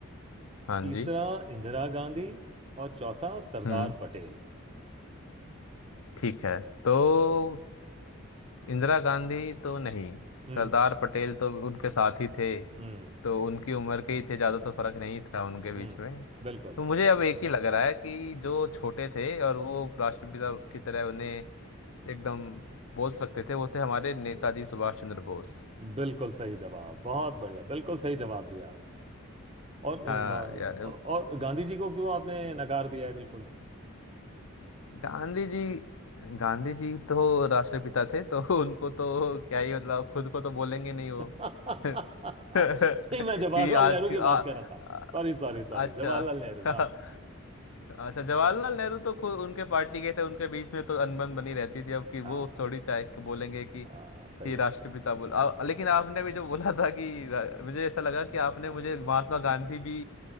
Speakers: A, on the left (about 70°); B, on the right (about 25°).
A: हाँ
B: तीसरा
A: जी
B: इंदिरा गांधी और चौथा सरदार
A: हम्म
B: पटेल
A: ठीक है तो इंदिरा गांधी तो नहीं
B: हम्म
A: सरदार पटेल तो उनके साथ ही थे
B: हम्म
A: तो उनकी उम्र के ही थे ज्यादा तो फर्क नहीं था उनके बीच
B: हम्म
A: में
B: बिल्कुल
A: तो मुझे अब एक ही लग रहा है कि जो छोटे थे और वो राष्ट्रपिता की तरह उन्हें एकदम बोल सकते थे वो थे हमारे नेताजी सुभाष चंद्र बोस
B: बिल्कुल सही जवाब बहुत बढ़िया बिल्कुल सही जवाब दिया आपने और अम,
A: हाँ
B: और
A: या
B: गांधी जी को क्यों आपने नकार दिया है बिल्कुल
A: गांधी जी गांधी जी तो राष्ट्रपिता थे तो <laughs> उनको तो क्या ही मतलब खुद को तो बोलेंगे नहीं वो
B: <laughs> नहीं
A: <laughs> <laughs> कि
B: मैं जवाहरलाल
A: आज
B: नेहरू
A: की
B: की
A: आ,
B: बात कर रहा था
A: आ-
B: Sorry sorry sorry
A: अच्छा
B: Jawaharlal Nehru
A: <laughs>
B: हाँ
A: अच्छा जवाहरलाल नेहरू तो खुद उनके पार्टी के थे उनके बीच में तो अनबन बनी रहती थी अब कि
B: हाँ
A: वो थोड़ी चाहे कि बोलेंगे कि कि
B: हाँ सही बात
A: राष्ट्रपिता
B: है
A: बोल आ, लेकिन आपने भी जो बोला था कि रा- मुझे ऐसा लगा कि आपने मुझे महात्मा गांधी भी